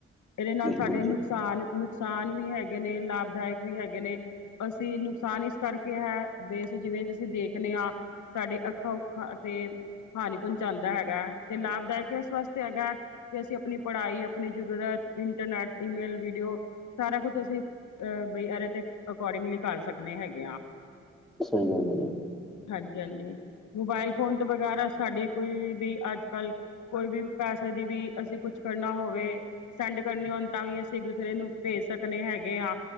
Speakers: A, on the left; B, in the centre.
A: ਇਹਦੇ ਨਾਲ
B: ਬਿਲਕੁਲ
A: ਸਾਡੇ ਨੁਕਸਾਨ
B: ਜੀ
A: -ਨੁਕਸਾਨ ਵੀ ਹੈਗੇ ਨੇ, ਲਾਭ ਫਾਇਦੇ ਵੀ ਹੈਗੇ ਨੇ, ਅਸੀਂ ਨੁਕਸਾਨ ਇਸ ਕਰਕੇ ਹੈ ਸੀ ਜਿਵੇਂਅਸੀਂ ਦੇਖਦੇ ਹਾਂ, ਸਾਡੇ ਅੱਖਾਂ ਉਖਾਂ ਤੇ ਹਾਨੀ ਪਹੁੰਚਾਉਂਦਾ ਹੈਗਾ, ਤੇ ਲਾਭਦਾਇਕ ਇਸ ਵਾਸਤੇ ਹੈਗਾ ਕਿ ਅਸੀਂ ਆਪਣੀ ਪੜ੍ਹਾਈ ਆਪਣੀ ਜ਼ਰੂਰਤ ਇੰਟਰਨੈਟ, ਈਮੇਲ, ਵੀਡੀਓ ਸਾਰਾ ਕੁਛ ਅਸੀਂ ਅ ਬਈ ਅਰੇ ਤੇ ਅਕੋਰਡਿੰਗਲੀ ਕਰ ਸਕਣੇ ਹੈਗੇ ਆ।
B: ਸਹੀ ਗੱਲ ਹੈ
A: ਹਾਂਜੀ -ਹਾਂਜੀ, ਮੋਬਾਇਲ ਫੋਨ ਤੋਂ ਵਗੈਰਾ, ਸਾਡੀ ਕੋਈ ਵੀ ਅੱਜ ਕੱਲ੍ਹ ਕੋਈ ਵੀ ਪੈਸੇ ਦੀ ਵੀ, ਅਸੀਂ ਕੁਛ ਕਰਨਾ ਹੋਵੇ। ਸੈਂਡ ਕਰਨੇ ਹੋਣ ਤਾਂ ਵੀ, ਅਸੀਂ ਇੱਕ ਦੂਸਰੇ ਨੂੰ ਭੇਜ ਸਕਦੇ ਹੈਗੇ ਹਾਂ।